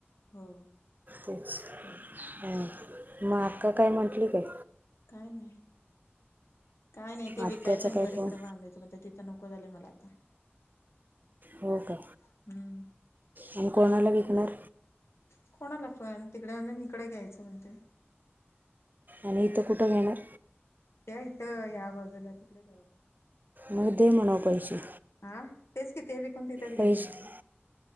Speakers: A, on the left; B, on the right.
A: हो
B: तेच
A: तेच
B: हां
A: <inaudible>
B: मग
A: काय
B: अक्का
A: म्हत
B: म्हटली काय
A: काय नाही काय नाही ते विकायचं
B: आत्याचा
A: आणि
B: काय
A: घरी
B: फोन
A: इकडं बांधायचं म्हणजे तिथं नको झालंय मला आता
B: हो का
A: हम्म
B: आणि कोणाला विकणार
A: कोणाला पण तिकडे आ <inaudible> इकडे घ्यायचं म्हणतोय
B: आणि इथं कुठं घेणार
A: ते इथ या बाजूला तिकडेच
B: मग दे म्हणावं पैसे
A: हा तेच कि ते विकून तिथंच घ्यायचं
B: पैसे
A: म्हणते